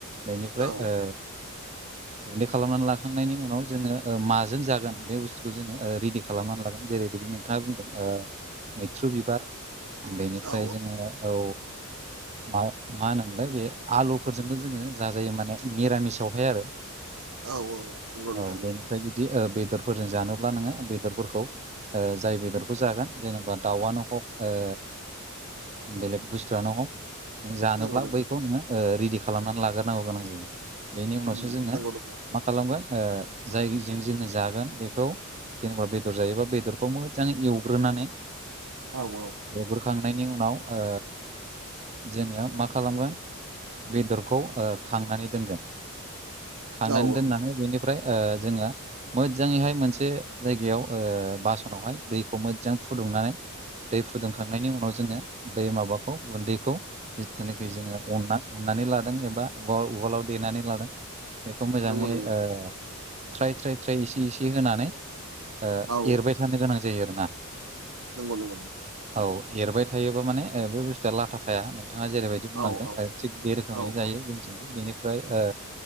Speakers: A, on the right; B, on the right.
A: बेनिफ्राय
B: औ
A: ओ गुन्दै खालामनानै लाखांनायनि उनाव जोङो ओ माजों जागोन बे बुस्थुखौ जोङो ओ रेडि खालामनानै लागोन। जेरै बिदिनो नोंथाङा बुंदों ओ मैथ्रु बिबार उन्दैनिफ्राय
B: औ
A: जोङो औ मा मा होनोमोनलाय बे आलुफोरजोंबो जोङो जाजायो माने मिरामिस आवहाय आरो।
B: औ औ औ। नंगौ नोंथां
A: औ
B: नंगौ
A: बेनिफ्राय जुदि ओ बेदरफोरजों जानोब्ला नोङो बेदरफोरखौ ओ जाय बेदरखौ जागोन जेनेबा दायानो हक ओ बेलेग बुस्थुयानो हक। जानोब्ला
B: नंगौ नंगौ
A: बैखौ नोङो ओ रेडि खालामनानै लाग्रोनांगौ गोनां जायो बेनि उनावसो
B: उम
A: जोङो
B: नंगौ नंगौ
A: मा खालामगोन ओ जायजों जोङो जागोन बेखौ जेनेबा बेदर जायोबा बेदरखौ मोजाङै एवग्रोनानै
B: औ औ
A: एवग्रोखांनायनि उनाव ओ जोङो मा खालामगोन बेदरखौ ओ खांनानै दोनगोन। खांनानै
B: औ औ
A: दोननानै बेनिफ्राय ओ जोङो मोजाङैहाय मोनसे जायगायाव ओ बासनावहाय दैखौ मोजां फुदुंनानै दै फुदुंखांनायनि उनाव जोङो बै माबाखौ गुन्दैखौ जिथुनाखि जोङो अनना उनानै लादों एबा उवाल उवालाव देनानै लादों। बेखौ मोजाङै
B: नंगौ नंगौ
A: ओ थ्राय थ्राय थ्राय एसे एसे होनानै ओ
B: औ
A: एरबाय थानो गोनां जायो आरो ना।
B: नोंगौ नोंगौ नों
A: औ एरबाय थायोबा माने ओ बे बुस्थुया लाथाखाया नोंथाङा जेरैबाय दि
B: औ
A: बुंलांदों
B: औ
A: ओ थिग बे रोखोमैनो
B: औ औ
A: जायो जोंनिथिंबो बेनिफ्राय ओ